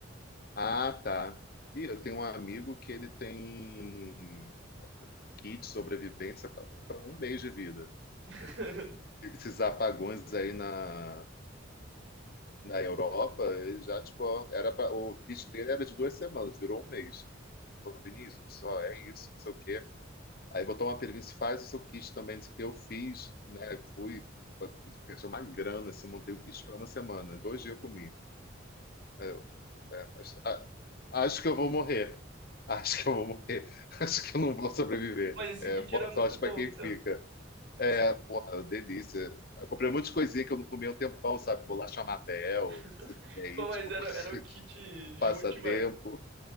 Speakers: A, on the left; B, on the right.
A: ah, tá. E eu tenho um amigo que ele tem kit de sobrevivência para um mês de vida.
B: <laughs>
A: Tem esses apagões aí na Na Europa, ele já, tipo, ó, era pra, o kit dele era de duas semanas, virou um mês. Falou, Vinícius, ó, é isso, não sei o quê. Aí botou uma pergunta, se faz o seu kit também, não sei o quê. Eu fiz, né? Fui, pensei uma grana, assim, montei o kit para uma semana. Em dois dias eu comi. Aí eu, é, acho, a- acho que eu vou morrer. <laughs> Acho que eu vou morrer. <laughs> Acho que eu não vou sobreviver.
B: Mas esse
A: É,
B: kit
A: boa
B: era muito
A: sorte
B: bom,
A: para quem
B: então.
A: fica. É,
B: Esse...
A: porra, delícia. Eu comprei um monte de coisinha que eu não comia há um tempão, sabe? Bolacha Mabel,
B: <laughs>
A: esse- é,
B: Pô, mas
A: tipo,
B: era,
A: <laughs>
B: era o kit de
A: passatempo.
B: última.